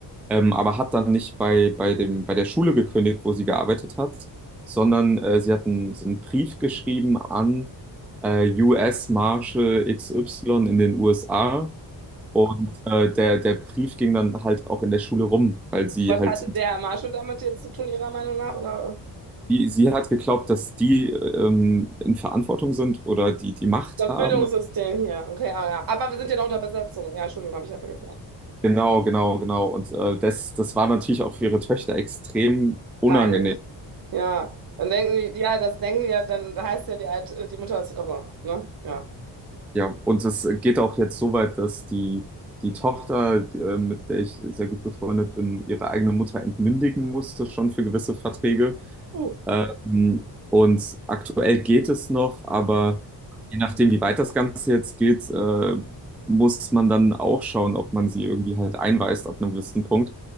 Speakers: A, in the centre; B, on the right (about 55°).
A: ähm, aber hat dann nicht bei, bei dem, bei der Schule gekündigt, wo sie gearbeitet hat, sondern äh, sie hat einen, sie hat einen Brief geschrieben an äh, US Marshal XY in den USA und äh, der, der Brief ging dann halt auch in der Schule rum, weil sie
B: Was
A: halt,
B: hatte der Marshall damit jetzt zu tun, Ihrer Meinung nach, oder?
A: die, sie hat geglaubt, dass die ähm, in Verantwortung sind oder die die Macht
B: Das
A: haben.
B: Bildungssystem hier. Okay, ah, ja. Aber wir sind ja noch unter Besetzung. Ja, Entschuldigung, habe ich ja vergessen.
A: Genau, genau, genau. Und äh, das, das war natürlich auch für ihre Töchter extrem unangenehm.
B: Peinlich. Ja. Dann denken die, ja, das denken die ja, dann heißt ja, die, Alt, die Mutter ist irre, ne? Ja.
A: Ja, und es geht auch jetzt so weit, dass die, die Tochter, äh, mit der ich sehr gut befreundet bin, ihre eigene Mutter entmündigen musste, schon für gewisse Verträge.
B: Hm,
A: Ähm, und aktuell geht es noch, aber je nachdem, wie weit das Ganze jetzt geht, äh, muss man dann auch schauen, ob man sie irgendwie halt einweist ab einem gewissen Punkt.